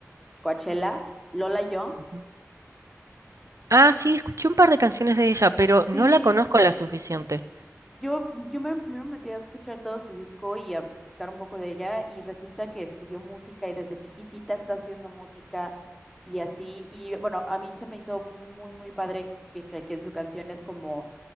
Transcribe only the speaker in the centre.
Coachella, Lola Young.
Sí,
yo, yo me, me metí a escuchar todo su disco y a buscar un poco de ella y resulta que estudió música y desde chiquitita está haciendo música y así. Y bueno, a mí se me hizo muy, muy padre que, que, que en su canción es como